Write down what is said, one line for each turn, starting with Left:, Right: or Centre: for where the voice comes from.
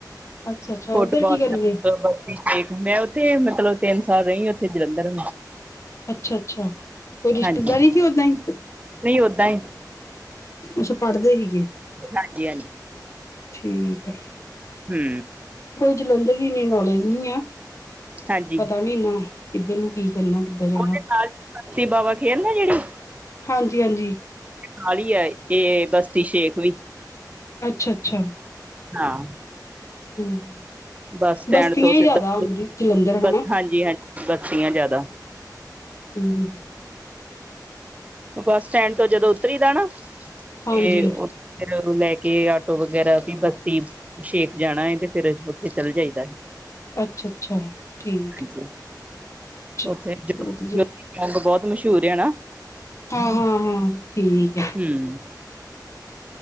Left: ਅੱਛਾ ਅੱਛਾ
Right: ਫੁੱਟਬਾਲ
Left: ਉੱਧਰ ਕੀ ਕਰਨਗੇ
Right: ਤੱਕ ''ਮੈਂ ਉੱਥੇ, ਮਤਲਬ, ਤਿੰਨ ਸਾਲ ਰਹੀ। ਜਲੰਧਰ
Left: ਅੱਛਾ- ਅੱਛਾ। ਕੋਈ ਰਿਸ਼ਤੇਦਾਰੀ
Right: ਹਾਂਜੀ
Left: ਕੀ ਓਹਦਾ ਈਂ?
Right: ਨਹੀਂ ਓਦਾਂ ਹੀ
Left: ਅੱਛਾ, ਪੜ੍ਹਦੇ ਸੀਗੇ।
Right: ਹਾਂਜੀ
Left: ਠੀਕ ਐ।
Right: ਹੂੰ।
Left: ''ਜਲੰਧਰ ਦੀ ਇੰਨੀ ਨੌਲੇਜ ਨਹੀਂ ਆ।
Right: ਹਾਂਜੀ।
Left: ਪਤਾ ਨੀ ਨਾ ਕਿੱਧਰ ਨੂੰ ਕੀ
Right: ਉਹਦੇ
Left: ਕਰਨਾ ਕਿੱਦਾਂ ਜਾਣਾ
Right: ਨਾਲ ਬਸਤੀ ਬਾਵਾ ਖੇਲ ਨਾ, ਜਿਹੜੀ।
Left: ਹਾਂਜੀ- ਹਾਂਜੀ।
Right: ਨਾਲ ਹੀ ਹੈ, ਇਹ ਬਸਤੀ ਸ਼ੇਖ ਵੀ।
Left: ਅੱਛਾ -ਅੱਛਾ।
Right: ਹਾਂ।
Left: ਹੂੰ।
Right: ਬੱਸ ਸਟੈਂਡ
Left: 'ਬਸਤੀਆਂ
Right: ਤੋਂ ਸਿੱਧਾ
Left: ਹੀ ਜ਼ਿਆਦਾ ਹੁੰਦੀਆਂ, ਜਲੰਧਰ
Right: ਬਸ
Left: ਹਨਾ।
Right: ਹਾਂਜੀ ਹਾਂਜੀ ਬਸਤੀਆਂ ਜ਼ਿਆਦਾ।
Left: ਹੂੰ, ਹੂੰ।
Right: ਬੱਸ ਸਟੈਂਡ ਤੋਂ, ਜਦੋਂ ਉਤਰੀਦਾ ਨਾ।
Left: ਹਾਂਜੀ
Right: ਇਹ ''ਉਹਨੂੰ ਫੇਰ ਲੈਕੇ ਕਿ, ਆਟੋ ਵਗੈਰਾ ਵੀ ਬਸਤੀ ਸ਼ੇਖ ਜਾਣਾ ਹੈ ਤੇ, ਫੇਰ ਉੱਥੇ ਚਲ ਜਾਈਦਾ ਏ।
Left: ਅੱਛਾ ਅੱਛਾ ਠੀਕ
Right: ਜੀ।
Left: ਹੈ
Right: ਉੱਥੇ ਜੋ
Left: ਵਧੀਆ
Right: ਜੋਤੀਗ ਬਹੁਤ ਮਸ਼ਹੂਰ ਆ ਨਾ?
Left: ਹਾਂ, ਹਾਂ, ਹਾ, ਠੀਕ ਐ।
Right: ਹਮ